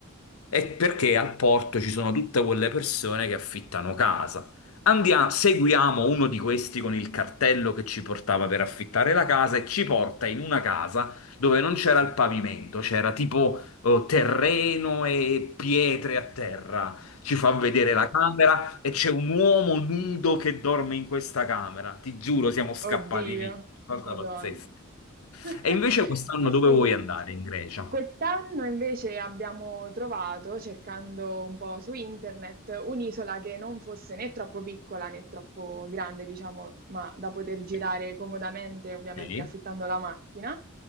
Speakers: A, on the left; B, on the right.
A: E perché al porto ci sono tutte quelle persone che affittano casa. Andiamo, seguiamo uno di questi con il cartello che ci portava per affittare la casa e ci porta in una casa dove non c'era il pavimento, c'era tipo eh, terreno e pietre a terra. Ci fa vedere la camera e c'è un uomo nudo che dorme in questa camera. Ti giuro, siamo scappati
B: Oddio,
A: via. Una
B: Madonna.
A: cosa pazzesca.
B: <laughs>
A: E invece quest'anno
B: Che esperienza.
A: dove vuoi andare? In Grecia?
B: Quest'anno invece abbiamo trovato, cercando un po' su internet, un'isola che non fosse né troppo piccola né troppo grande, diciamo, ma da poter girare
A: Eh,
B: comodamente, ovviamente
A: Sì.
B: affittando la macchina,